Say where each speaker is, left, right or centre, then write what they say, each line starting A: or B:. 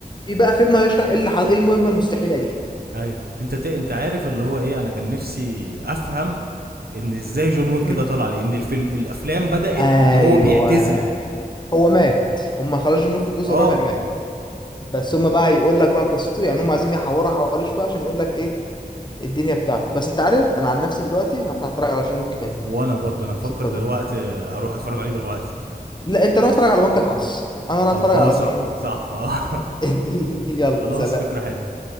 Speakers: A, on the left; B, on the right.
A: في بقى فيلم هيشرح ايه اللي ح- ايه المهمة المستحيلة دي
B: ايوه انت ت... انت عارف اللي هو ايه انا كان نفسي افهم ان ازاي جون ويك
A: مم.
B: كده طلع لان الفيلم الافلام بدأت
A: ايوه
B: بان هو بيعتزل
A: هو مات هم خرجوا منه في الجزء
B: اه
A: الرابع مات بس هم بقى هيقول لك بقى قصته يعني هم عايزين يحوروا حواليه شويه عشان يقول لك ايه الدنيا بتاعته بس انت عارف انا عن نفسي دلوقتي هفتح اتفرج على جون ويك تاني
B: وانا برضه انا افكر
A: سكه
B: دلوقتي
A: دول
B: اروح اتفرج عليه دلوقتي
A: لا انت روح اتفرج على بنك الحظ انا راح
B: طب
A: اتفرج
B: اه
A: على
B: صح
A: جون ويك
B: صح اه <laughs>
A: <laughs> يلا
B: خلاص
A: سلام
B: فكرة حلوة